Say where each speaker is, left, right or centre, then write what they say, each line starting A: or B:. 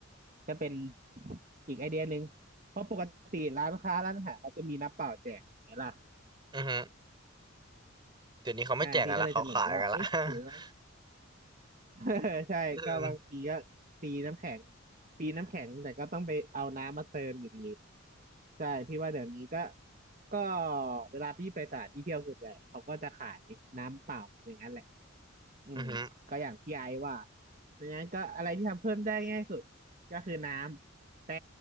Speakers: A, on the right; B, on the right.
A: ก็เป็นอีกไอเดียหนึ่งเพราะปกติร้านค้าร้านอาหารเขาจะมีน้ำเปล่าแจกไหมล่ะ
B: อือฮึเดี๋ยวนี้เขาไม่แจกกันละเขาขายกันละ
A: ใช่พี่ก็เลยเสนอว่าเอ๊ะหรือ
B: <laughs>
A: <laughs> ใช่ก็บางทีก็ปีน้ำแข็ง
B: อืม
A: ปีน้ำแข็งแต่ก็ต้องไปเอาน้ำมาเติมอยู่ดีใช่พี่ว่าเดี๋ยวนี้ก็ก็เวลาพี่ไปสถานที่เที่ยวส่วนใหญ่เขาก็จะขายน้ำเปล่าอย่างนั้นแหละอืมก็อย่างที่ไอซ์ว่า
B: อือฮึ
A: ดังนั้นก็อะไรที่ทำเพิ่มได้ง่ายสุดก็คือน้ำ แต่